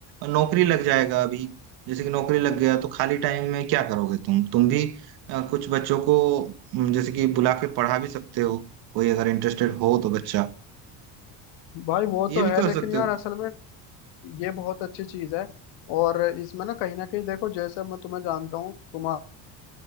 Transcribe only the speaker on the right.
नौकरी लग जाएगा अभी जैसे कि नौकरी लग गया तो खाली टाइम में क्या करोगे तुम तुम भी आ, कुछ बच्चों को हम्म, जैसे कि बुला के पढ़ा भी सकते हो कोई अगर इंटरेस्टेड हो तो बच्चा
ये
भी
कर
सकते
हो